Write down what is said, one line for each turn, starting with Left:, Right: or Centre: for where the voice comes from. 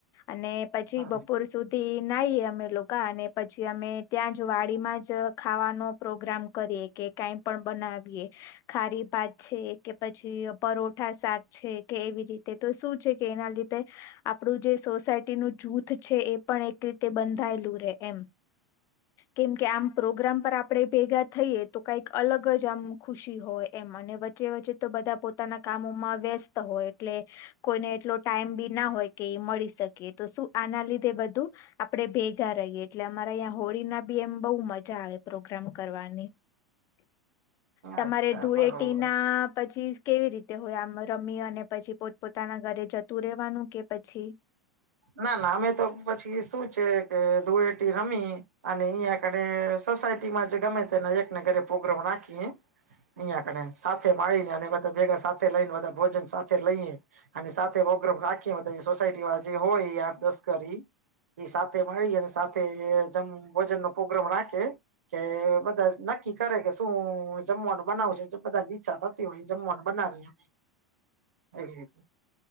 Left: અને પછી
Right: હ
Left: બપોર સુધ નાહીએ અમે લોકો અને પછી અમે ત્યાં જ વાડીમાં જ ખાવાનો પ્રોગ્રામ કરીએ કે કાંઈ પણ બનાવીએ ખારી ભાત છે કે પછી પરોઠા શાક છે કે એવી રીતે તો શું છે કે એના લીધે આપણું જે સોસાયટી ન જૂથ છે એ પણ એક રીતે બંધાયેલું રે એમ કેમ કે આમ પ્રોગ્રામ પર આપે ભેગા થઈએ તો કઈક અલગ જ આમ ખુશી હોય એમ અને વચ્ચે વચ્ચે તો બધા પોતાના કામોમાં વ્યસ્ત હોય એટલે કોઈને એટલો ટાઈમ બી ના હોય કે એ મળી શકે તો શું આના લીધે બધા આપડે ભેગા રહીએ, એટલે અમારા અં હોળી ના બી એમ બહુ મજા આવે પ્રોગ્રામ કરવાની તમારે
Right: અચ્છા
Left: ધૂળેટી
Right: બરોબર
Left: ના પછી કેવી રીતે હોય, આમ રમી અને પછી પોતપ પોતાના ઘરે જતું રેવાનું કે પછી
Right: ના ના અમે તો પછી શું છે, કે ધૂળેટી રમી અને અહં કને સોસાયટીમાં જે ગમે તેને એકને ઘરે પ્રોગ્રામ રાખી અહિયાયા કને સાથે મળીને અને બધા ભેગા સાથે લઈને બધા ભોજન સાથે લઈએ અને સાથે પ્રોગ્રામ રાખીએ બધા સોસાયટી વાળ જે હોય એ આઠ દસ કરી એ સાથે મળી અને સાથે જેમ ભોજન નો પ્રોગ્રામ રાખે, કે મ ન કી કરે કે શું જમવાનું બનાવું છે, જે બધાની ઈચ્છા થતી હોય જમવાનું બનાવી એવી રીત